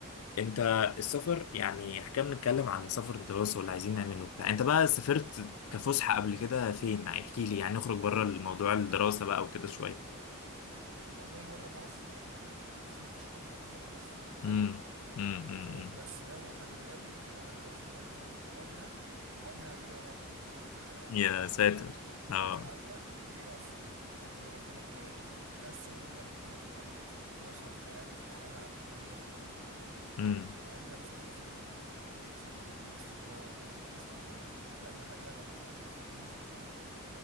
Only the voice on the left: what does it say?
انت السفر يعني احنا كنا بنتكلم على سفر الدراسه واللي عايزين نعمله وبتاع انت بقى سافرت كفسحه قبل كده فين احكي لي يعني نخرج بره الموضوع الدراسه بقى وكده شويه
امم امم أمم.
يا
ساتر اه
امم